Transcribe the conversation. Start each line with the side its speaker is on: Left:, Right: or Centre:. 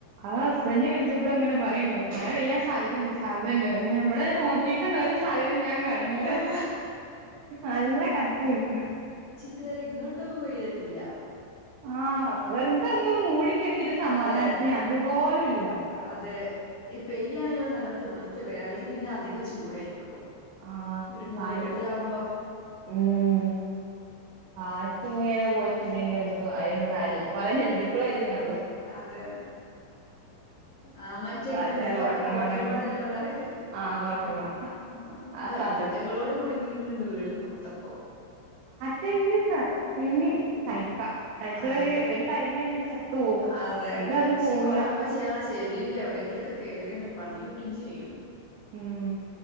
Right: ആ ഹസ്ബന്റ് വിളിച്ചപ്പോഴും അങ്ങനെ പറയ്ണ്ട് മഴ പെയ്യാൻ സാധ്യണ്ട് സാധ്യതണ്ട് വറെം പിന്നെ ബടെ നോക്കിട്ടന്ന ഒരു സാധ്യത ഞാൻ കാണണില്ല
Left: ആഹ്
Right: നല്ല കട്ടി വെക്ക
Left: തുവരെ ഇങ്ങോട്ടൊന്നും പെയ്തിട്ടില്ല
Right: ആ വെറുതൊന്നും മൂടിക്കെ ട്ടി ടൊരു സമാധാൻത്തിന്
Left: അതെ
Right: അതുപോലുല്ല
Left: അതെ ഈ പെയ്യാണെങ്കിലോ നല്ലോ തിമിർത്ത് പെയ്യാ അല്ലെങ്കി പിന്നെ അധികം ചൂടായിരിക്കോ
Right: ആഹ്
Left: ഒരു മൂടിക്കെട്ടലാവുമ്പോ
Right: പാട് ഉം <unintelligible> അപ്പ അതിനൊണ്ട്
Left: അതെ
Right: കാര്യല്ല കുറേ <unintelligible> മക്കളരുന്നള്ളൂ
Left: അതെ ആഹ് മറ്റേ
Right: പാറ്റ
Left: ഇതുണ്ടല്ലോ
Right: കോട്ടർമാനൊക്കെ
Left: അവിടെ കോട്ടരുമാ തന്നെയല്ലോ പറയലേ
Right: ആഹ് കോട്ടർമാൻ
Left: ആഹ്
Right: ആ സാധനം
Left: അതിറ്റങ്ങളോട് കുടുങ്ങിട്ടുണ്ട് വീട് മൊത്തപ്പം
Right: പിന്നെ പിന്നെ സ ആയിട്ടുള്ള
Left: ആഹ്
Right: ഒരു ടൈം ചത്തു പോവും
Left: അതെ
Right: ഇതത്
Left: അതെ പക്ഷേ
Right: പോവൂല
Left: ഈ കോട്ടർമച്ചി ആ ചെവിയിൽ എവിടെങ്കിലൊക്കെ കയറിയാൽ പണി കിട്ടും ചെയ്യും
Right: ഉം